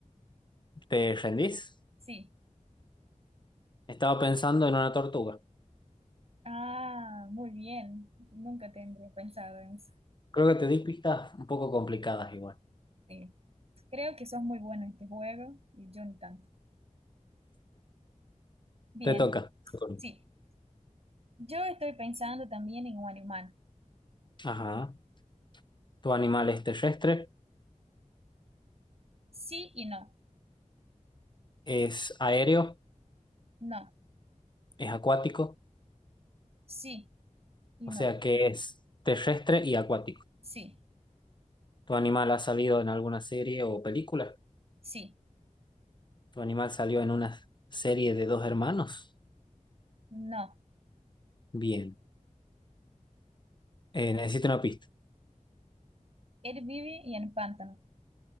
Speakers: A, on the left (about 35°); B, on the right (about 50°).
A: ¿Te rendís?
B: sí.
A: Estaba pensando en una tortuga.
B: Ah, muy bien. Nunca tendría pensado en eso.
A: Creo que te di pistas un poco complicadas igual.
B: Sí. Creo que sos muy bueno en este juego y yo ni tanto. Bien,
A: Te toca. Antonio.
B: sí. Yo estoy pensando también en un animal.
A: Ajá. ¿Tu animal es terrestre?
B: Sí y no.
A: ¿Es aéreo?
B: No.
A: ¿Es acuático?
B: Sí y
A: O
B: no.
A: sea, que es terrestre y acuático.
B: Sí.
A: ¿Tu animal ha salido en alguna serie o película?
B: Sí.
A: ¿Tu animal salió en una serie de dos hermanos?
B: No.
A: Bien. Eh, necesito una pista.
B: Él vive y en pantano.